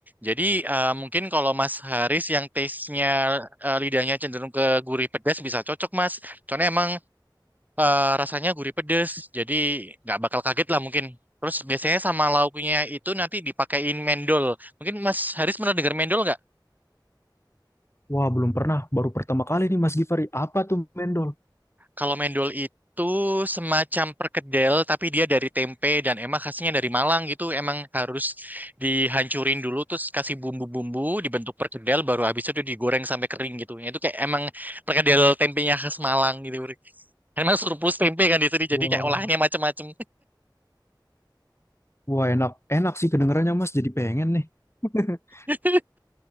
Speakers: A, on the right; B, on the left.
A: Jadi eh, mungkin kalau Mas Haris yang taste-nya eh, lidahnya cenderung ke gurih pedas bisa cocok Mas. Soalnya emang eh, rasanya gurih pedes, jadi nggak bakal kaget lah mungkin. Terus biasanya sama lauknya itu nanti dipakein mendol. Mungkin Mas Haris pernah dengar mendol nggak?
B: Wah belum pernah, baru pertama kali nih Mas Gifari. Apa tuh mendol?
A: Kalau mendol itu semacam perkedel, tapi dia dari tempe dan emang khasnya dari Malang gitu. Emang harus dihancurin dulu, terus kasih bumbu-bumbu, dibentuk perkedel, baru habis itu digoreng sampai kering gitu. Itu kayak emang perkedel tempenya khas Malang gitu. Karena surplus tempe kan di sini, jadi
B: Wah,
A: kayak olahannya macam-macam.
B: wah enak, enak sih kedengarannya Mas, jadi pengen nih. <laughs>
A: <laughs>